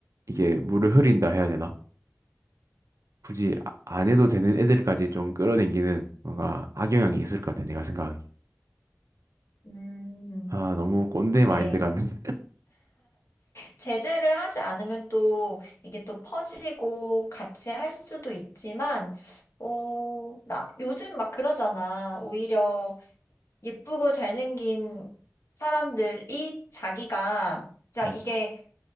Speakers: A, on the right; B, on the left.
A: 이게 물을 흐린다 해야 되나? 굳이 아- 안 해도 되는 애들까지 좀 끌어당기는 뭔가 악영향이 있을 것 같아, 내가 생각하기에.
B: 음,
A: 아, 너무 꼰대
B: 이게
A: 마인드 같은. <laughs>
B: 제재를 하지 않으면 또 이게 또 퍼지고 같이 할 수도 있지만, 어, 나, 요즘 막 그러잖아. 오히려 예쁘고 잘생긴 사람들이 자기가, 진짜
A: 음,
B: 이게